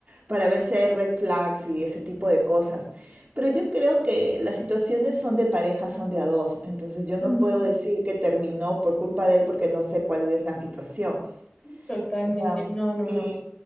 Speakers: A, on the right (about 40°); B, on the left (about 20°).
A: para ver si hay red flags y ese tipo de cosas. Pero yo creo que las situaciones son de pareja, son de a dos, entonces yo no
B: Ujú,
A: puedo decir que terminó por culpa de él porque no sé cuál es la situación.
B: Totalmente,
A: O sea,
B: no, no,
A: y
B: no.